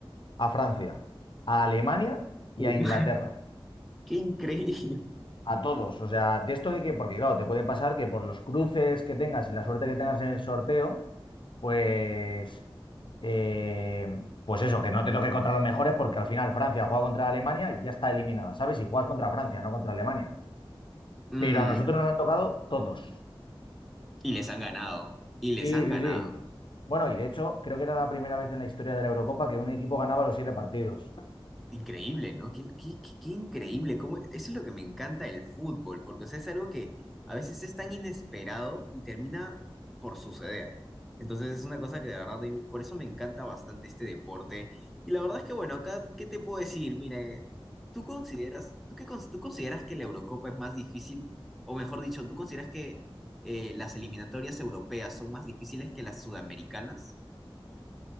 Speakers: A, on the left; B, in the centre.
A: a Francia, a Alemania y
B: <laughs>
A: a Inglaterra.
B: ¡Qué increíble!
A: A todos. O sea, de esto de que, porque claro, te puede pasar que por los cruces que tengas y la suerte que tengas en el sorteo, pues, eh, pues eso, que no te toque contra los mejores, porque al final Francia juega contra Alemania y ya está eliminada, ¿sabes? Y juegas contra Francia, no contra Alemania.
B: Mm,
A: Pero a nosotros nos han tocado todos.
B: y les han ganado. Y les
A: Sí,
B: han
A: sí,
B: ganado.
A: sí. Bueno, y de hecho, creo que era la primera vez en la historia de la Eurocopa que un equipo ganaba los siete partidos.
B: Increíble, ¿no? Qué, qué- qué- qué increíble. cómo- Eso es lo que me encanta del fútbol, porque o sea, es algo que a veces es tan inesperado y termina por suceder. Entonces es una cosa que de verdad, de- por eso me encanta bastante este deporte. Y la verdad es que, bueno, acá, ¿qué te puedo decir? Mira, eh, ¿tú consideras, tú qué, cons- tú consideras que la Eurocopa es más difícil, o mejor dicho, ¿tú consideras que eh, las eliminatorias europeas son más difíciles que las sudamericanas?